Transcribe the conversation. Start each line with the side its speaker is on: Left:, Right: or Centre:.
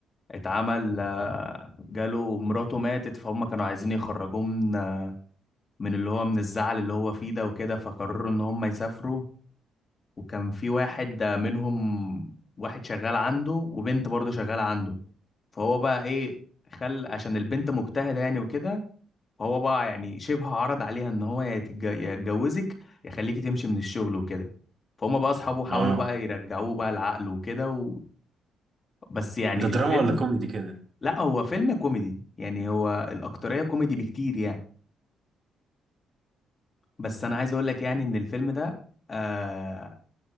Left: اتعمل آه، جاله مراته ماتت فهم كانوا عايزين يخرجوه من من اللي هو من الزعل اللي هو فيه ده وكده فقرروا ان هم يسافروا وكان في واحد آه، منهم واحد شغال عنده وبنت برضه شغالة عنده فهو بقى ايه خل عشان البنت مجتهده يعني وكده فهو بقى يعني شبه عرض عليها ان هو يا تتج- يا يتجوزك يا يخليكي تمشي من الشغل وكده فهم بقى اصحابه حاولوا
Right: اه
Left: بقى يرجعوه بقى العقل وكده و... بس يعني
Right: ده دراما
Left: الفيلم
Right: ولا كوميدي كده
Left: لا هو فيلم كوميدي يعني هو الاكتريه كوميدي بكتير يعني بس انا عايز اقول لك يعني ان الفيلم ده آه